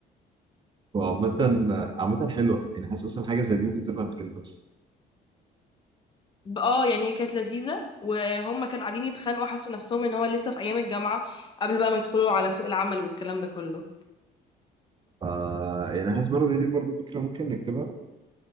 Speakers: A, on the right; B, on the left.
A: وعامة عامة حلوة يعني حاسس اصلا حاجة زي دي ممكن تطلع ترند اصلا
B: اه يعني هي كانت لذيذه وهم كانوا قاعدين يتخانقوا حسوا نفسهم ان هو لسه في ايام الجامعه قبل بقى ما يدخلوا على سوق العمل والكلام ده كله
A: ف يعني حاسس برضه إن دي برضه فكرة ممكن نكتبها